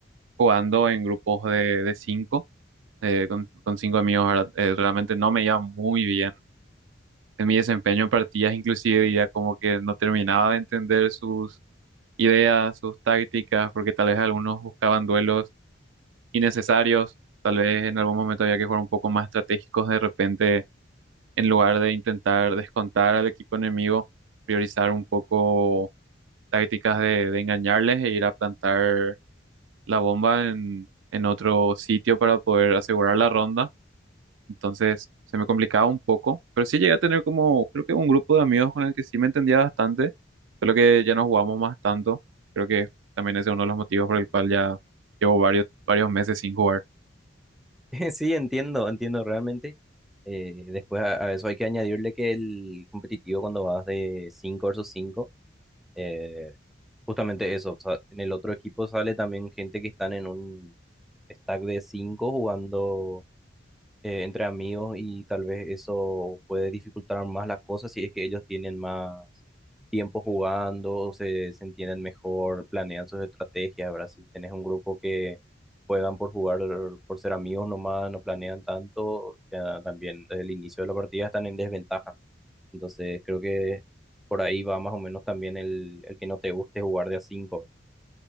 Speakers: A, on the right; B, in the centre.
A: jugando en grupos de, de cinco, eh, con, con cinco amigos, ¿verdad? Eh, realmente no me iba muy bien en mi desempeño en partidas inclusive diría como que no terminaba de entender sus ideas, sus tácticas, porque tal vez algunos buscaban duelos innecesarios, tal vez en algún momento había que jugar un poco más estratégicos de repente en lugar de intentar descontar al equipo enemigo, priorizar un poco tácticas de, de engañarles e ir a plantar la bomba en, en otro sitio para poder asegurar la ronda. Entonces se me complicaba un poco, pero sí llegué a tener como, creo que un grupo de amigos con el que sí me entendía bastante, solo que ya no jugamos más tanto. Creo que también ese es uno de los motivos por el cual ya llevo varios, varios meses sin jugar.
B: <laughs> Sí, entiendo, entiendo realmente. Eh, después a, a eso hay que añadirle que el competitivo cuando vas de 5 versus 5 eh, justamente eso, o sea, en el otro equipo sale también gente que están en un stack de 5 jugando eh, entre amigos y tal vez eso puede dificultar más las cosas si es que ellos tienen más tiempo jugando, se, se entienden mejor, planean sus estrategias, ¿verdad? Si tenés un grupo que juegan por jugar, por ser amigos nomás, no planean tanto, ya también desde el inicio de la partida están en desventaja. Entonces creo que por ahí va más o menos también el, el que no te guste jugar de a cinco.